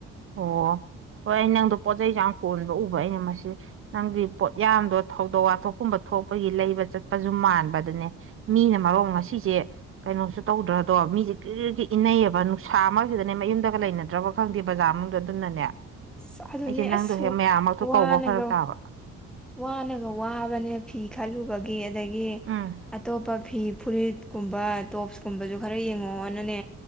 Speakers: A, on the right; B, in the centre.
A: ꯑꯣ ꯍꯣꯏ ꯑꯩ ꯅꯪꯗꯣ ꯄꯣꯠꯆꯩꯁꯦ ꯌꯥꯝ ꯀꯣꯟꯕ ꯎꯕ ꯑꯩꯅ ꯃꯁꯤ ꯅꯪꯒꯤ ꯄꯣꯠ ꯌꯥꯝꯗꯣ ꯊꯧꯗꯣꯛ ꯋꯥꯊꯣꯛꯀꯨꯝꯕ ꯊꯣꯛꯄꯒꯤ ꯂꯩꯕ ꯆꯠꯄꯁꯨ ꯃꯥꯟꯕ ꯑꯗꯨꯅꯦ ꯃꯤꯅ ꯃꯔꯣꯡ ꯉꯁꯤꯁꯦ ꯀꯩꯅꯣꯁꯨ ꯇꯧꯗ꯭ꯔꯗꯣ ꯃꯤꯁꯦ ꯀ ꯏꯅꯩꯌꯦꯕ ꯅꯨꯡꯁꯥ ꯑꯃꯁꯤꯗꯅꯦ ꯃꯌꯨꯝꯗꯒ ꯂꯩꯅꯗ꯭ꯔꯕ ꯈꯪꯗꯦ ꯕꯖꯥꯔ ꯃꯅꯨꯡꯗ ꯑꯗꯨꯅꯅꯦ
B: ꯑꯁ ꯑꯗꯨꯅꯦ
A: ꯑꯩꯁꯦ ꯅꯪꯗꯣ
B: ꯑꯁ
A: ꯍꯦꯛ ꯃꯌꯥꯝꯃꯛꯇꯣ
B: ꯋꯥꯅꯒ
A: ꯀꯧꯕ ꯐꯔꯛ ꯇꯥꯕ
B: ꯋꯥꯅꯒ ꯋꯥꯕꯅꯦ ꯐꯤ ꯈꯜꯂꯨꯕꯒꯤ ꯑꯗꯒꯤ
A: ꯎꯝ
B: ꯑꯇꯣꯞꯄ ꯐꯤ ꯐꯨꯔꯤꯠꯀꯨꯝꯕ ꯇꯣꯞꯁꯀꯨꯝꯕꯁꯨ ꯈꯔ ꯌꯦꯡꯉꯛꯑꯣꯅꯅꯦ